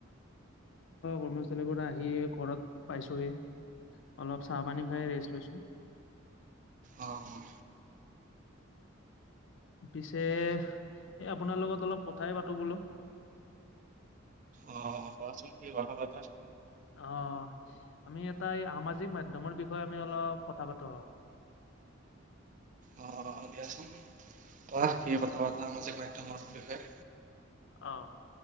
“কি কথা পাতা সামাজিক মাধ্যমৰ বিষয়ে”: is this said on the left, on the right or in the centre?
Right